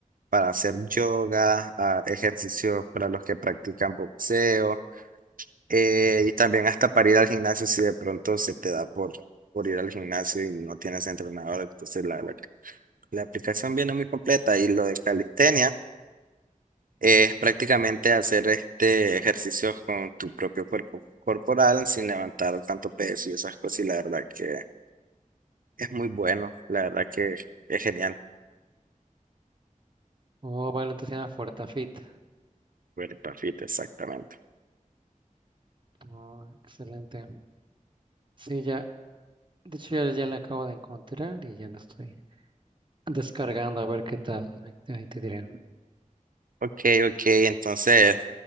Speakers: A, on the right; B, on the right.
A: para hacer yoga, ah, ejercicios para los que practican boxeo, eh, y también hasta para ir al gimnasio si de pronto se te da por, por ir al gimnasio y no tienes entrenador, entonces la verdad la aplicación viene muy completa y lo de calistenia es prácticamente hacer este ejercicios con tu propio cuerpo corporal sin levantar tanto peso y esas cosas. Y la verdad que es muy bueno, la verdad que es genial.
B: Oh, vale, entonces se llama FortaFit.
A: Cuerpo fit, exactamente.
B: Oh, excelente. Sí, ya, de hecho ya, ya la acabo de encontrar y ya la estoy descargando a ver qué tal. Ahí te ahí te diré.
A: Ok, ok, entonces,